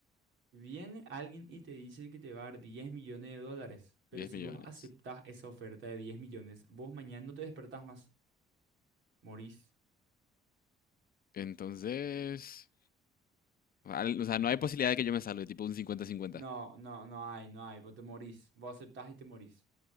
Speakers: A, on the right (about 75°); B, on the left (about 50°).
A: Viene alguien y te dice que te va a dar 10 millones de dólares, pero
B: 10
A: si
B: millones.
A: vos aceptás esa oferta de 10 millones, vos mañana no te despertás más. Morís.
B: Entonces, al- o sea, no
A: De-
B: hay posibilidad de que yo me salve, tipo un cincuenta-cincuenta.
A: No, no, no hay, no hay. Vos te morís. Vos aceptás y te morís.